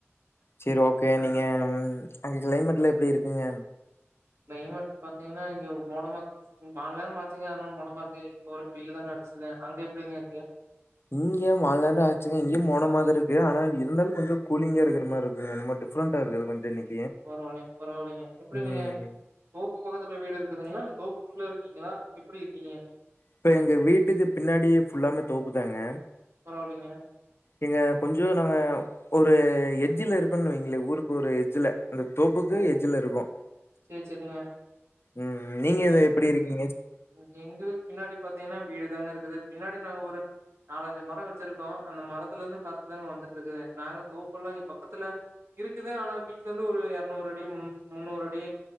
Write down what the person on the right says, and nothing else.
க்ளைமட் பாத்தீங்னா இங்க மோடமா ம் மால் நேரம்மாச்சீங்க அதுனால் மோடமா இருக்கு இப்ப வரைக்கு வெயில் தாங்க அடிச்சதே அங்க எப்டிங்க இருக்கு
பரவால்லைங் பரவால்லைங்க எப்டி
நீங்க தோப்பு பக்கத்துல வீடு இருக்குதுங்களா இல்ல தோப்புக்குள்ள இருக்கீங்களா எப்பிடி இருக்கீங்க
பரவாயில்லைங்க.
ஓ!
சரி, சரிங்க.
இங்க எங்களுக் பின்னாடி பாத்தீங்னா வீடு தாங்க இருக்குது பின்னாடி நாங்க ஒரு நாலஞ்சு மரோ வெச்சிருக்கோ அந்த மரத்துலர்ந்து காத் தாங்க வந்து ட்ருக்குது நாங்க தோப்பல்லா இங்க பக்கத்துல இருக்குது ஆனா வீட்லருந்து ஒரு எரநூர் அடி முன் முன்னூர் அடி